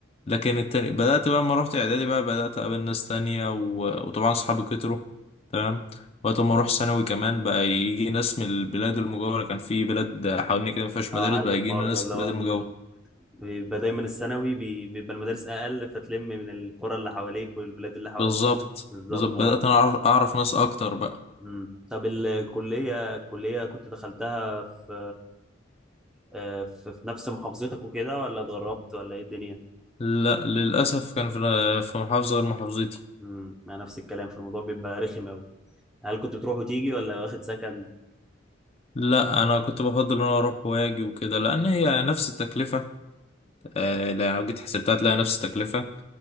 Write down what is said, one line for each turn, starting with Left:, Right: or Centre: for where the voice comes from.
Left: لكن التاني بدأت بقى لما رحت اعدادي بقى بدأت اقابل ناس تانية و... وطبعا صحابي كتروا تمام وقت ما اروح ثانوي كمان بقى يجي ناس من البلاد المجاورة كان في بلاد حوالين كده ما فيهاش
Centre: اه
Left: مدارس
Centre: عارف
Left: بقى
Centre: الحوار
Left: يجي لنا
Centre: ده
Left: ناس
Centre: اللي
Left: من
Centre: هو
Left: البلاد المجاورة
Centre: ال- بيبقى دايما الثانوي بي- بيبقى المدارس اقل فتلم من القرى اللي حواليك والبلاد اللي حواليك
Left: بالظبط
Centre: بالظبط
Left: بالظبط بدأت
Centre: اه
Left: انا اعرف أعرف ناس اكتر بقى
Centre: امم طب الكليه الكليه كنت دخلتها في آه، في في نفس محافظتك وكده ولا اتغربت ولا ايه الدنيا
Left: لا للأسف كان في في محافظة غير محافظتي
Centre: امم مع نفس الكلام في الموضوع بيبقى رخم قوي هل كنت بتروح وتيجي ولا واخد سكن
Left: لا انا كنت بفضل ان انا اروح واجي وكده لان هي نفس التكلفة آه، لو جيت حسبتها تلاقي نفس التكلفة